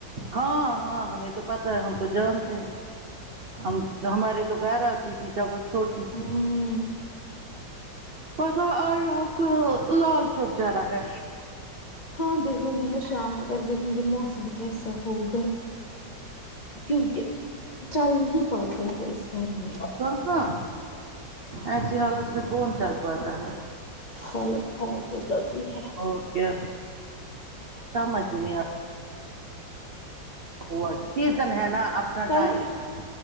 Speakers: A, on the right; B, on the left.
A: ہاں ہاں ہمیں تو پتہ ہے ہم تو جانتے ہیں ہم ہمارے تو گھر آتی تھی جب وہ چھوٹی
B: ہوں
A: تھی مطلب آئی آپ کو لال چوک جانا ہے
B: ہاں دیکوں گی نا شام کو پہلے دیکھیں گی موسم کیسا ہوگا کیونکہ چل نہیں پاتے ہیں اس گھر میں
A: کہاں ایسی حالت میں کون چل پاتا ہے
B: حالت خراب ہو جاتی ہے
A: ہو کیا سمجھ نہیں آ ہوا سیزن ہے نا اپنا
B: کل
A: ٹائم ہے